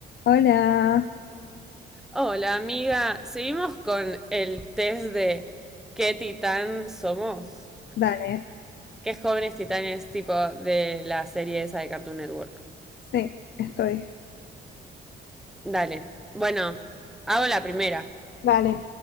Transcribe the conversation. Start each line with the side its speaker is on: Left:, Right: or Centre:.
Left: Hola,
Centre: Hola amiga, seguimos con el test de ¿qué titán somos?
Left: dale,
Centre: ¿Qué jóvenes titanes tipo de la serie esa de Cartoon Network?
Left: sí, estoy,
Centre: Dale, bueno, hago la primera.
Left: Dale.